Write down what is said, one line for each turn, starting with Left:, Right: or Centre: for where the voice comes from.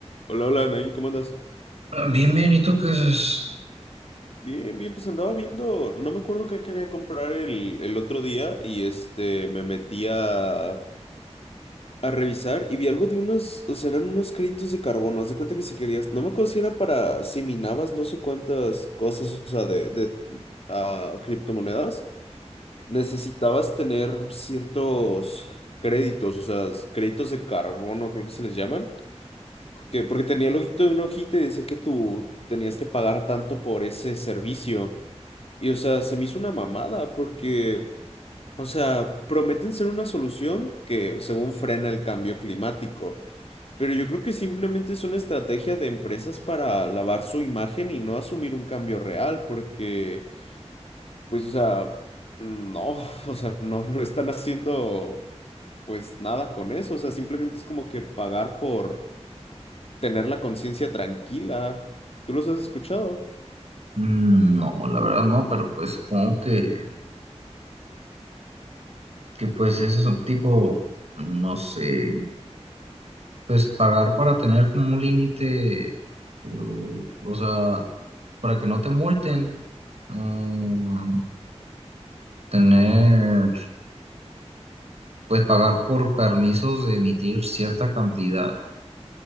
Left: Hola, hola, Nain, ¿cómo andas?
Right: Bien, bien, ¿y tú qué haces?
Left: Bien, bien, pues andaba viendo, no me acuerdo qué quería comprar el, el otro día y este, me metí a, a revisar y vi algo de unos, o sea, eran unos créditos de carbono, haz de cuenta que si querías, no me acuerdo si era para, si minabas no sé cuántas cosas, o sea, de, de ah, criptomonedas, necesitabas tener ciertos créditos, o sea, créditos de carbono, creo que se les llaman. Que porque tenía el loguito de una hojita y decía que tú tenías que pagar tanto por ese servicio. Y o sea, se me hizo una mamada porque, o sea, prometen ser una solución que según frena el cambio climático. Pero yo creo que simplemente es una estrategia de empresas para lavar su imagen y no asumir un cambio real, porque, pues, o sea, no, <laughs> o sea, no, no están haciendo, pues, nada con eso. O sea, simplemente es como que pagar por tener la conciencia tranquila. ¿Tú los has escuchado?
Right: Mm, No, la verdad no, pero pues supongo que, que pues ese es un tipo, no sé, pues pagar para tener como un límite, uh, o sea, para que no te multen, mm, tener, pues pagar por permisos de emitir cierta cantidad